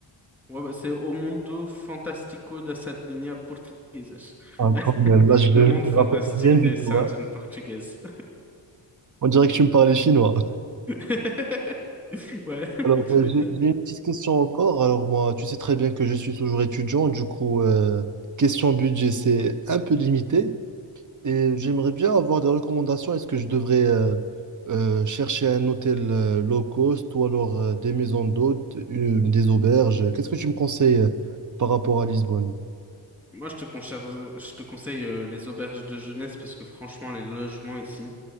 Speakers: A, in the centre; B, on the right.
A: Ouais, bah, c'est O Mundo Fantástico da Sardinha Portuguesas.
B: Ah,
A: <laughs>
B: quand même, là, je vais
A: Le monde
B: je
A: fantastique
B: me rappelle rien
A: des
B: du
A: sardines
B: tout. hein.
A: portugaises.
B: On dirait que tu me parlais chinois.
A: <laughs> Ouais,
B: Alors,
A: <laughs> tu
B: euh,
A: m'étonnes.
B: j'ai j'ai une petite question encore. Alors, moi, tu sais très bien que je suis toujours étudiant. Du coup, euh, question budget, c'est un peu limité. Et j'aimerais bien avoir des recommandations. Est-ce que je devrais euh, euh, chercher un hôtel euh, low cost ou alors euh, des maisons d'hôtes, une- des auberges? Qu'est-ce que tu me conseilles euh, par rapport à Lisbonne?
A: Moi, je te conseille, je te conseille euh, les auberges de jeunesse parce que franchement, les logements ici,